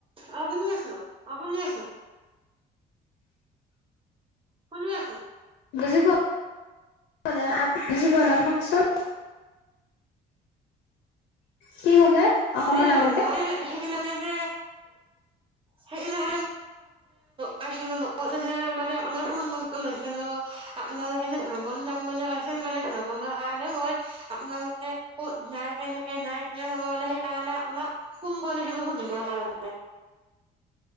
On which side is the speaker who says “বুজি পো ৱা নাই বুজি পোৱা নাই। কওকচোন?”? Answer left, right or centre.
Left